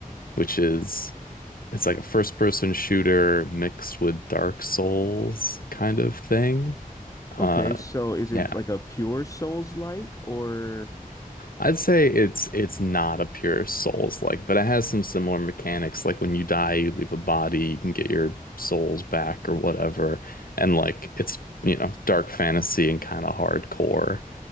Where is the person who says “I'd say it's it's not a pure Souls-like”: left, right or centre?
Left